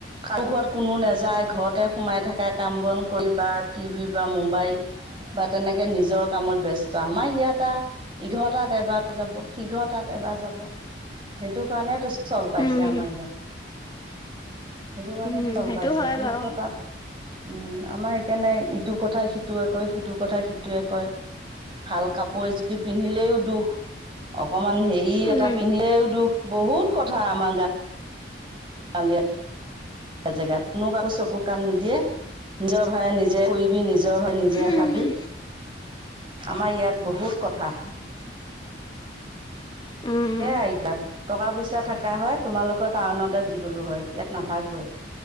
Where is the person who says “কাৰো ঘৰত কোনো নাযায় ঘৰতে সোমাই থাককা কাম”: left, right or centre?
Right